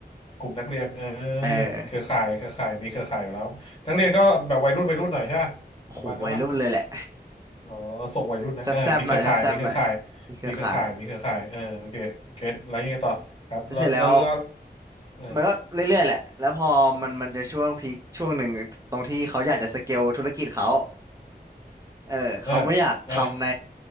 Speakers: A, on the left; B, on the right.
A: กลุ่มนักเรียนเออ
B: เออ
A: เครือข่ายเครือข่ายมีเครือข่ายอยู่แล้วนักเรียนก็แบบวัยรุ่นวัยรุ่นหน่อยใช่ปะประมาณนั้นปะ
B: โอ้โหวัยรุ่นเลยแหละ
A: อ๋อส่งวัยรุ่นนะเออมีเครือข่ายมีเครือข่าย
B: <laughs> แซบๆหน่อยแซบๆหน่อยมีเครือข่าย
A: มีเครือข่ายมีเครือข่ายเออโอเคเก็ตแล้วยังไงต่อครับแล้วแล้วแล้ว
B: เสร็จแล้ว
A: เออ
B: มันก็เรื่อยๆแหละแล้วพอมันมันจะช่วงพีคช่วงหนึ่งตรงที่เขาอยากจะสเกลธุรกิจเขาเออเขาไม่อยากทำใน
A: เออเออ